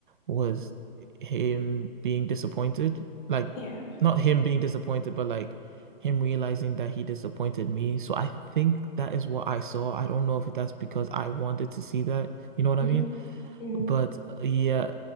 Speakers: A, on the right; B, on the left.
A: was him being disappointed. Like,
B: Yeah.
A: not him being disappointed, but like him realizing that he disappointed me. So I think that is what I saw. I don't know if that's because I wanted to see that. You know what
B: hmm
A: I mean?
B: hmm
A: But uh, yeah,